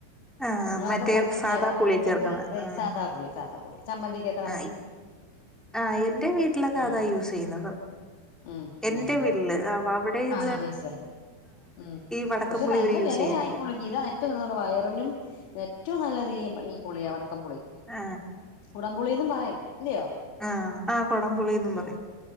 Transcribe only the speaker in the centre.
ആഹ്
മറ്റേ
സാദാ
പുളിയെ
ചേർക്കുന്ന ആഹ്
ആ ആ എന്റെ വീട്ടിലൊക്കെ
അതാ യൂസ് ചെയ്യുന്നത്.
എന്റെ
വീട്ടില് വ അവിടെയും,
വടക്കംപുളി
അവര് യൂസ്
ചെയ്യത്തില്ല.
ആ
ആഹ ആ കൊടംപുളിന്നും പറയും.